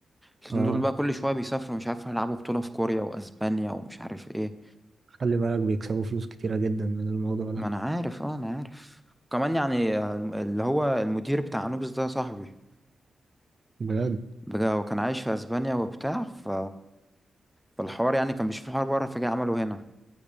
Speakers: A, in the centre; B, on the right.
A: الاتنين
B: اه
A: دول بقى كل شويه بيسافروا مش عارف هيلعبوا بطوله في كوريا واسبانيا ومش عارف ايه
B: خلي بالك بيكسبوا فلوس كتيرة جدا من الموضوع ده
A: ما انا عارف اه انا عارف كمان يعني آه، اللي هو المدير بتاع انوبيس ده صاحبي
B: بجد
A: بجد هو كان عايش في اسبانيا وبتاع ف... فالحوار يعني كان بيشوف الحوار بره فجاه عمله هنا